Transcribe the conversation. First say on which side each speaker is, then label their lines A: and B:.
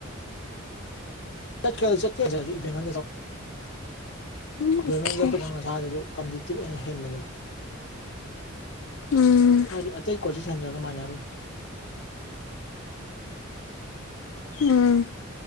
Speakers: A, on the left; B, on the left.
A: ꯆꯠꯀ ꯆꯠꯀꯦꯃ
B: ꯎꯝ ꯑꯣꯀꯦ
A: ꯚꯞꯃꯦꯟ ꯆꯠꯄꯗ ꯉꯁꯥꯗꯁꯨ ꯀꯝꯄꯤꯇꯤꯇꯤꯚꯅ ꯍꯦꯟꯕꯅꯦꯕ
B: ꯎꯝ
A: ꯍꯥꯏꯗꯤ ꯑꯇꯩ ꯀꯣꯆꯤꯡ ꯁꯟꯖꯔꯒ ꯃꯥꯟꯅꯔꯣꯏ
B: ꯎꯝ